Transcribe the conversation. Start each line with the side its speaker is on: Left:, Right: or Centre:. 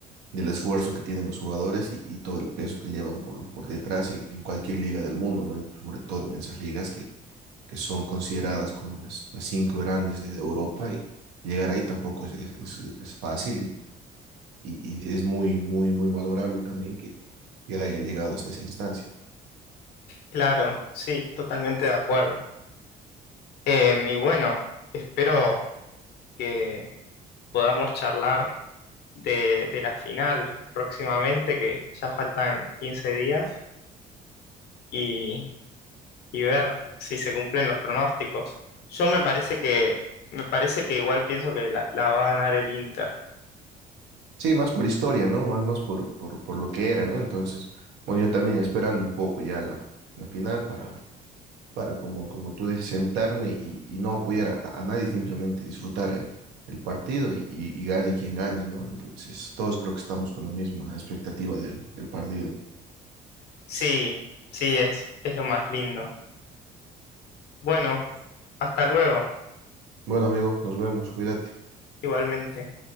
Right: del esfuerzo que tienen los jugadores y, y todo el peso que llevan por, por detrás en, en cualquier liga del mundo, ¿no? Y pues, sobre todo en esas ligas que, que son consideradas como las, las cinco grandes de Europa y llegar ahí tampoco es, es, es es fácil y y, y es muy, muy, muy valorable también que, que él haya llegado hasta esa instancia.
Left: Claro, sí, totalmente de acuerdo. Em, y bueno, espero que podamos charlar de, de la final próximamente, que ya faltan 15 días, y, y ver si se cumplen los pronósticos. Yo me parece que, me parece que igual pienso que la la va a ganar el Inter.
Right: Sí, más por historia, ¿no? Más, más por, por, por lo que era, ¿no? Entonces, bueno, yo también esperando un poco ya la, la final para, para como, como tú dices, sentarme y, y no apoyar a, a nadie, simplemente disfrutar eh, el partido y, y, y gane quien gane, ¿no? Entonces, todos creo que estamos con la misma expectativa del, del partido.
Left: Sí, sí, es, es lo más lindo. Bueno, hasta luego,
Right: Bueno, amigo, nos vemos, cuídate.
Left: igualmente.